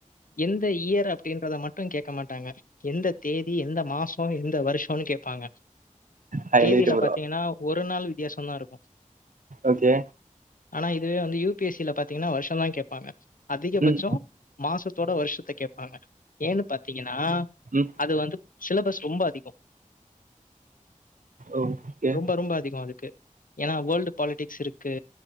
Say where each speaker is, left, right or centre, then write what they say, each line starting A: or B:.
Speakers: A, on the left; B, on the right.
A: எந்த இயர் அப்படின்றத மட்டு கேட்க மாட்டாங்க எந்த தேதி எந்த மாசோ எந்த வருஷம்னு கேட்பாங்க
B: ஹைலைட்
A: தேதியில
B: ப்ரோ
A: பாத்தீங்கன்னா ஒரு ஒரு நாள் வித்தியாசம் தான் இருக்கும்
B: ஓகே
A: ஆனா இதுவே வந்து யு பி எஸ் சி ல பாத்தீகன்னா வருஷந்தா கேட் ப்பாங்க அதிகபட்சோ
B: ம்
A: மாசத் த்தோட வருஷத்த கேட்பாங்க ஏன்னு பாத்தீங்கன்னா
B: ம்
A: அது வந்து சிலபஸ் ரொம்ப அதிகோ
B: ஓகே
A: ரொம்ப ரொம்ப அதிகோ அதுக்கு ஏன்னா வேர்ல்டு பாலிடிக்ஸ் இருக்கு